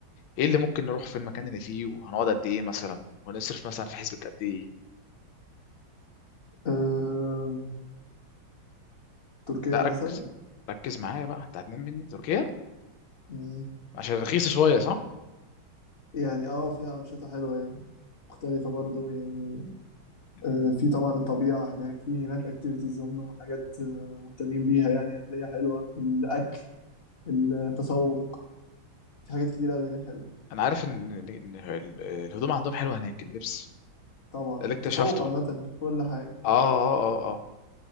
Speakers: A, on the left (about 85°); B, on the left (about 35°).
A: ايه اللي ممكن نروح في المكان اللي فيه وهنقعد قد ايه مثلا ونصرف مثلا في حسبة قد ايه
B: آه، تركيا
A: لا ركز
B: مثلا
A: ركز معايا بقى انت هتنام مني تركيا
B: مم.
A: عشان رخيصة شوية صح
B: يعني اه فيها أنشطة حلوة يعني مختلفة برضو يعني
A: مم.
B: آه، في طبعا الطبيعة هناك في هناك اكتيفيتيز هم حاجات آه، مهتمين بيها يعني هتلاقيها حلوة الأكل التسوق في حاجات كتير أوي هناك حلوة
A: انا عارف ان إن ال- الهدوم عندهم حلوة هناك اللبس
B: طبعا
A: ده اللي اكتشفته
B: التسوق عامة
A: اه
B: في كل حاجة
A: اه اه